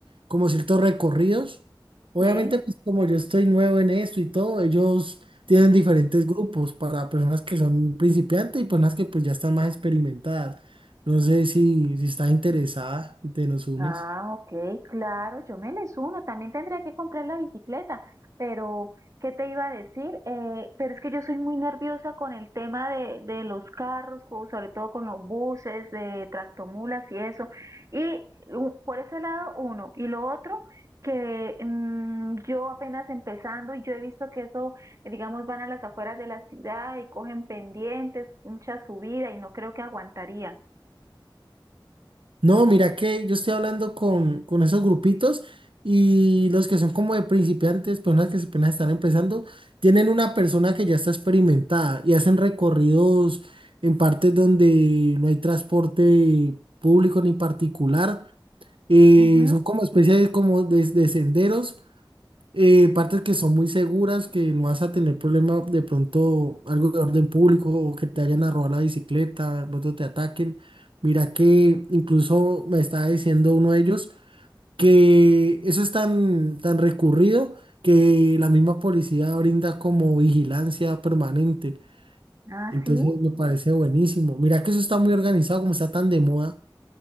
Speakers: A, on the right (about 80°); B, on the right (about 40°).
A: como ciertos recorridos. Obviamente,
B: Sí.
A: pues como yo estoy nuevo en esto y todo, ellos tienen diferentes grupos para personas que son principiantes y personas que pues ya están más experimentadas. No sé si, si estás interesada y te nos unes.
B: Ah, ok, claro, yo me les uno. También tendría que comprar la bicicleta, pero ¿qué te iba a decir? Eh, pero es que yo soy muy nerviosa con el tema de, de los carros, co- sobre todo con los buses, de tractomulas y eso. Y u- por ese lado, uno. Y lo otro, que mm, yo apenas empezando y yo he visto que eso, eh, digamos, van a las afueras de la ciudad y cogen pendientes, mucha subida y no creo que aguantaría.
A: No, mira que yo estoy hablando con, con esos grupitos y los que son como de principiantes, personas que apenas están empezando, tienen una persona que ya está experimentada y hacen recorridos en partes donde no hay transporte público ni particular. eh,
B: Ujú.
A: son como especies de, como de, de senderos eh, partes que son muy seguras, que no vas a tener problema de pronto algo de orden público o que te vayan a robar la bicicleta, de pronto te ataquen. Mira que incluso me estaba diciendo uno de ellos que eso es tan, tan recurrido que la misma policía brinda como vigilancia permanente.
B: Ah,
A: Entonces
B: sí.
A: me parece buenísimo. Mira que eso está muy organizado, como está tan de moda.